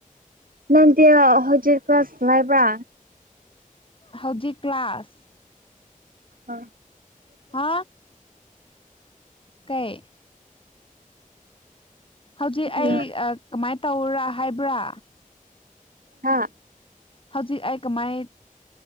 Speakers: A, on the right; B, on the left.
A: ꯅꯪꯗꯤ ꯍꯧꯖꯤꯛ ꯀ꯭ꯂꯥꯁ ꯉꯥꯏꯕ꯭ꯔꯥ
B: ꯍꯧꯖꯤꯛ ꯀ꯭ꯂꯥꯁ
A: ꯑ
B: ꯍꯥ ꯀꯩ ꯍꯧꯖꯤꯛ ꯑꯩ
A: ꯍꯥ
B: ꯀꯃꯥꯏꯅ ꯇꯧꯔꯥ ꯍꯥꯏꯕ꯭ꯔꯥ
A: ꯍꯥꯥ
B: ꯍꯧꯖꯤꯛ ꯑꯩ ꯀꯃꯥꯏ